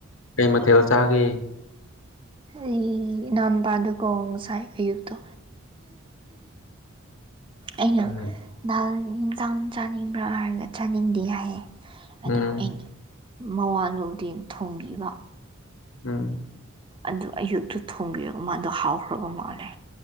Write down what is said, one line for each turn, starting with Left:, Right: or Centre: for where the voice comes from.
Left: ꯀꯩ ꯃꯊꯦꯜ ꯆꯥꯒꯦ
Right: ꯑꯩ ꯏꯅꯥꯎꯅꯨꯄꯥꯗꯨꯀꯣ ꯉꯁꯥꯏ ꯑꯌꯨꯛꯇꯣ ꯑꯩꯅ
Left: ꯎꯝ
Right: ꯗꯥꯜ ꯌꯦꯟꯁꯥꯡ ꯆꯥꯅꯤꯡꯕ꯭ꯔꯥ ꯍꯥꯏꯔꯒ ꯆꯥꯅꯤꯡꯗꯦ ꯍꯥꯏꯌꯦ ꯑꯗꯩ
Left: ꯎꯝ
Right: ꯑꯩꯅ ꯃꯋꯥ ꯂꯧꯗꯦꯅ ꯊꯣꯡꯕꯤꯕ
Left: ꯎꯝ
Right: ꯑꯗꯨ ꯑꯌꯨꯛꯇꯨ ꯊꯣꯡꯕꯤꯔꯒ ꯃꯥꯗꯣ ꯍꯥꯎꯈ꯭ꯔꯕ ꯃꯥꯜꯂꯦ